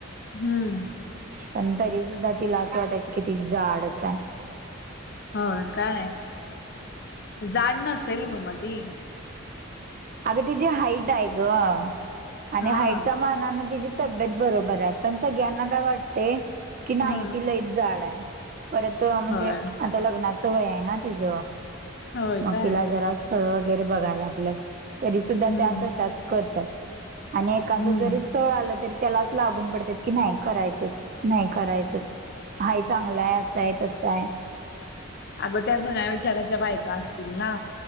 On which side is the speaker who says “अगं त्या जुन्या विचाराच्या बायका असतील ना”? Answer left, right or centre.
Left